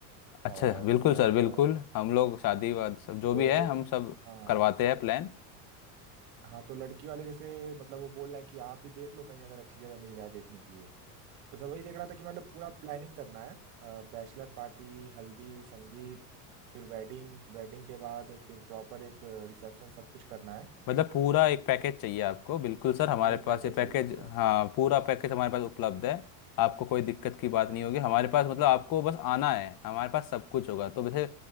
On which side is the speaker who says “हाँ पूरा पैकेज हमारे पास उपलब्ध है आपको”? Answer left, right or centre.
Left